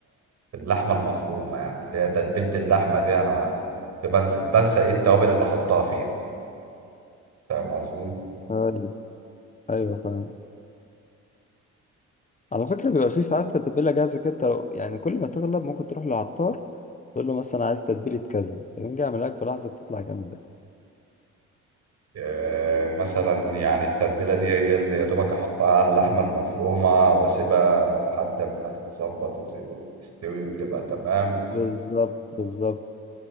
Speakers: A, on the right; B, on the left.
A: في اللحمه المفرومه يعني اللي هي تتبيله اللحمه دي انا كنت بنسى بنسى ايه التوابل اللي حطها فيها فاهم قصدي
B: ايوه ايوه فاهم على فكره بيبقى في ساعات تتبيله جاهزه كده أنت لو- يعني كل ما تغلب ممكن تروح للعطار تقول له مثلا عايز تتبيله كذا يقوم جاي يعمل لك في لحظه بتطلع جامده
A: آه، مثلا يعني التتبيله دي هي اللي يا دوبك احطها على اللحمه المفرومه واسيبها لحد ما تتظبط وت- وتستوي وتبقى تمام
B: بالظبط بالظبط